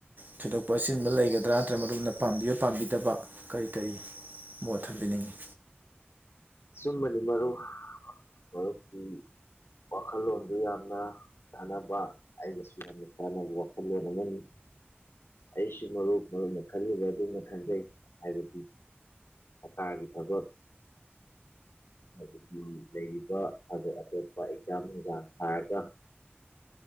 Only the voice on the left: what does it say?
ꯑꯨꯝꯕꯗꯤ ꯃꯔꯨ ꯃꯔꯨꯞꯀꯤ ꯋꯥꯈꯜꯂꯣꯟꯗꯨ ꯌꯥꯝꯅ ꯀꯥꯟꯅꯕ ꯑꯩꯅꯁꯨ ꯌꯥꯝꯅ ꯀꯥꯟꯅꯕ ꯋꯥꯈꯜꯂꯣꯟ ꯑꯃꯅꯤ ꯑꯩꯁꯨ ꯃꯔꯨꯞ ꯃꯔꯨꯅ ꯈꯜꯂꯤꯕ ꯑꯗꯨꯅ ꯈꯟꯖꯩ ꯍꯥꯏꯕꯗꯤ ꯀꯣꯇꯥꯒꯤ ꯊꯕꯛ ꯑꯗꯨꯗꯤ ꯂꯩꯔꯤꯕ ꯑꯇꯣꯞ ꯑꯇꯣꯞꯄ ꯑꯦꯛꯖꯥꯝꯁꯤꯡꯒ ꯊꯥꯔꯒ